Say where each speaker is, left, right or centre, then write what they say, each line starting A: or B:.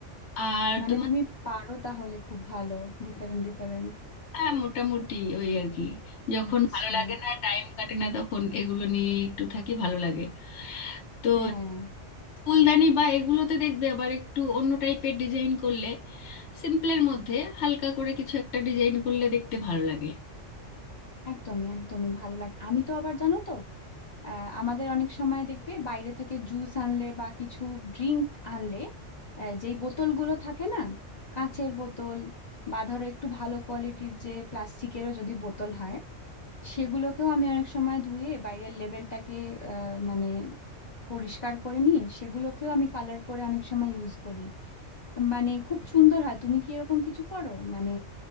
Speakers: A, on the left; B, on the left.
A: আর
B: মানে
A: তোমার
B: তুমি পারো তাহলে খুব ভালো ডিফারেন্ট ডিফারেন্ট
A: হ্যাঁ মোটামুটি ওই আর কি যখন
B: আচ্ছা
A: ভালো লাগে না টাইম কাটে না তখন এগুলো নিয়ে একটু থাকি ভালো লাগে তো
B: হ্যাঁ
A: ফুলদানি বা এগুলোতে দেখবে আবার একটু অন্য টাইপের ডিজাইন করলে সিম্পলের মধ্যে হালকা করে কিছু একটা ডিজাইন করলে দেখতে ভালো লাগে
B: একদমই একদমই ভালো লাগে আমি তো আবার জানো তো আহ, আমাদের অনেক সময় দেখবে বাইরে থেকে জুস আনলে বা কিছু ড্রিঙ্ক আনলে আহ, যেই বোতলগুলো থাকে না কাঁচের বোতল বা ধরো একটু ভালো কোয়ালিটির যে প্লাস্টিকেরও যদি বোতল হয় সেগুলোকেও আমি অনেক সময় ধুয়ে বাইরের লেবেলটাকে আহ, মানে পরিষ্কার করে নিয়ে সেগুলোকেও আমি কালার করে অনেক সময় ইউজ করি মানে খুব সুন্দর হয় তুমি কি এরকম কিছু করো মানে